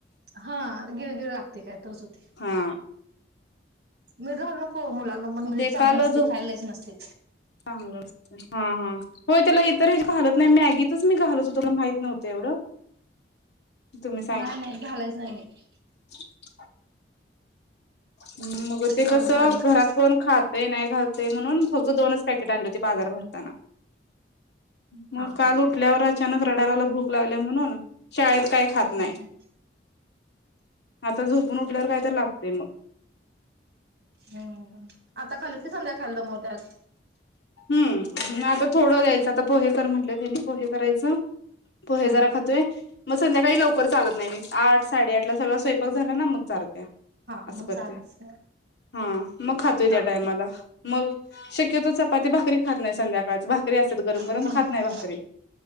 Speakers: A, on the right; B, on the left.
A: हा गिळ गिळ लागते काय तरच होते
B: हा
A: मीठ घालू हो मुलांना पण मिळ
B: ते
A: चांग
B: काल
A: नसते
B: झो
A: खायला देयाचं नसते
B: चांगलं असतं हा हा होय त्याला इतर हेच घालत नाही मॅगीतच मी घालत होतोला माहित नव्हतं एवढं. तुम्ही
A: नाही नाही घालायचं नाही -
B: हा हम् मग
A: आता
B: ते
A: परत
B: कस घरात
A: घालू नकोस
B: कोण खातय नाही. घालतय म्हणून फक्त दोनच पॅकेट आणली होती बाजार भरताना. मग
A: हा
B: काल
A: हा.
B: उठल्यावर अचानक रडाराला भूक लावल्या म्हणून शाळ का खात नाही
A: हम्म
B: आता झोपून उठल्यावर काय तरी लागताय. ते मग
A: हम् आता खाल की समजा खाल्लं म त्यात
B: हम आता थोडं द्यायचं आता पोहेकर म्हटलं तेनी पोहे करायचं.. पोहे
A: हा
B: जरा खातोय मग संध्याकाळी लवकर चालत नाही मी आठ साडेआठला सगळा स्वयंपाक झाला ना मग चालते.
A: हा
B: असं
A: मग
B: करते
A: चालच
B: हा मग खातोय
A: चालतय
B: त्या टायमाला मग. शक्यतो चपाती, भाकरी, खात नाही संध्याकाळच भात. भाकरी असतात गरम गरम
A: हम्म
B: खात नाही भाकरी